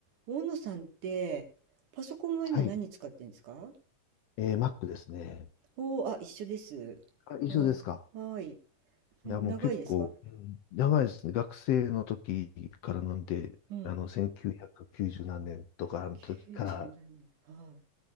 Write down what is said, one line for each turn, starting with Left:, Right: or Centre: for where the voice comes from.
Right: 大野さんって、パソコンは今何使ってるんですか
Left: はい。えー、Mac ですね。
Right: おおー、あ、一緒です。
Left: あ、一緒ですか。
Right: あー、はーい。うん長いですか
Left: いや、もう結構、うん、長いですね。学生の時からなんで、
Right: うん。
Left: あの、1990何年とかの時から、
Right: 九十何年。は